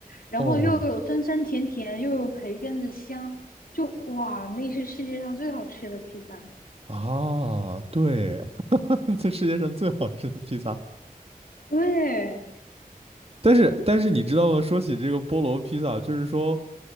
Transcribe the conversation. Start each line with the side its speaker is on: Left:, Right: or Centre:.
Left: 然后又有酸酸甜甜，
Right: 哦，
Left: 又有培根的香，就哇，那是世界上最好吃的披萨。
Right: 啊，对，<laughs> 这世界上最好吃的披萨。
Left: 对
Right: 但是但是你知道吗？说起这个菠萝披萨，就是说，